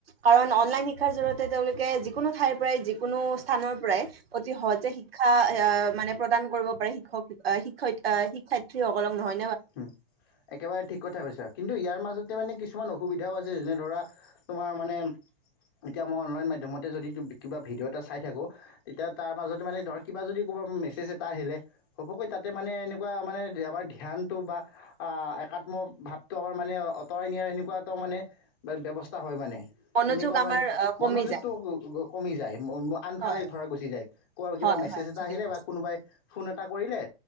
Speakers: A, on the right; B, on the left.
A: কাৰণ অনলাইন শিক্ষা জৰিয়তে তেওঁ লোকে যি কোনো তাইৰ পৰাই যি কোনো স্থানৰ পৰাই অতি সহজে শিক্ষা আহ মানে প্ৰদান কৰিব পাৰে শিক্ষক আহ শিক্ষয়িত্ৰী শিক্ষাসাঠী সকলক নহয়
B: উ একেবাৰে ঠিক কথা কৈছা। কিন্তু ইয়াৰ মাজতে মানে কিছুমান অসুবিধাও আছে যেনে ধৰা তোমাৰ মানে এতিয়া মই অনলাইন মাধ্যমতে যদি কিবা ভিডিঅ' এটা চাই থাকোঁ তেতিয়া তাৰ মাজতে মানে ধৰক কিবা যদি মেচেজ এটা আহিলে ঘপহকৈ তাতে মানে এনেকুৱা মানে আমাৰ ধ্যান বা একাত্ম ভাৱটো আমাৰ মানে অতৰাই নিয়াৰ সেনেকুৱা এটাও মানে ব্যৱস্থা হয় মানে
A: মনোযোগ
B: সেনেকুৱা
A: আমাৰ
B: মানে
A: আ কমি
B: মনোযোগটো
A: যায়।
B: কমি যায়। আনফালে
A: হয়,
B: ধৰা গুচি যায় ক' কিবা
A: হয়,
B: মেছেজ
A: হয়
B: এটা
A: ঠিকে
B: আহিলে
A: কৈছা।
B: বা কোনোবাই ফোন এটা কৰিলে